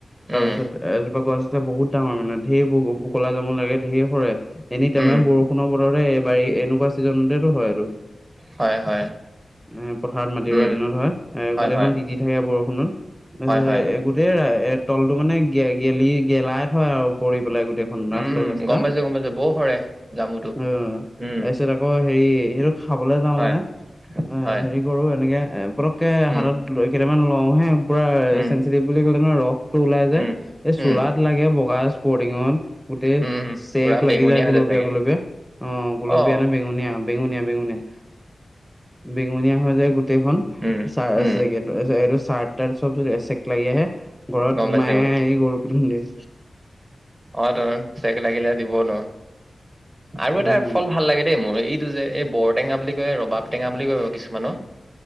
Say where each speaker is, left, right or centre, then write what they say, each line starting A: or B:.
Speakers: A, in the centre; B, on the right.
A: তাৰ
B: উম
A: পিছত এজোপা গছ বহুত ডাঙৰ মানে ঢেৰ ক'লা জামো লাগে ঢেৰ সৰে, এনেই তোমাৰ
B: উম
A: বৰষুণৰ বতৰ বা ই এনেকুৱা ছিজনতেটো হয় এটো।
B: হয়- হয়।
A: এ পথাৰত মাটি
B: উম
A: দৰা দিনত হয় এ
B: হয়
A: গোটেইখন
B: হয়
A: টিতি থাকে বৰষুণত। তাৰপিছত
B: হয় হয়
A: এ গোটেই এ তলটো মানে গেলি গেলাই থই আৰু পৰি পেলাই গোটেইখন ৰাস্তা
B: উম
A: চাষ্টা।
B: গম পাইছো গম পাইছো বৰ সৰে জামুটো
A: অ'
B: উম
A: তাৰপিছত আকৌ হেৰি সেইটো খাবলে যাওঁ
B: হয়
A: মানে আ
B: হয়
A: হেৰি কৰো এনেকে পতককে
B: উম
A: হাতত লৈ কেইটামান লওঁ হে পুৰা
B: উম
A: চেনছিটিভ বুলি ক'লে ন ৰসটো ওলাই যায়,
B: উম
A: এই
B: উম
A: চোলাত লাগে বগা স্পৰ্টিঙত গোটেই
B: উম
A: চেক
B: পুৰা
A: লাগি
B: বেঙুনীয়া
A: যায়
B: হৈ
A: গুলপীয়া-
B: চাগে
A: গুলপীয়া। অ' গুলপীয়া
B: অ
A: নে বেঙুনীয়া বেঙুনীয়া- বেঙুনীয়া -বেঙুনীয়া হৈ যায় গোটেইখন।
B: উম
A: চা
B: উম
A: <unintelligible> এইটো চাৰ্ট তাৰ্ত চব চেক লাগি আহে ঘৰত
B: গম পাইছো
A: মায়ে
B: গম পাইছো
A: আহি গৰু পিতন দিয়ে।
B: অ' টোন চেক লাগিলে দিব ন আৰু এটা
A: উম
B: ফল ভাল লাগে দেই মোৰ এই টো যে এই বৰটেঙা বুলি কয় ৰবাব টেঙা বুলি কয় বাৰু কিছুমানৰ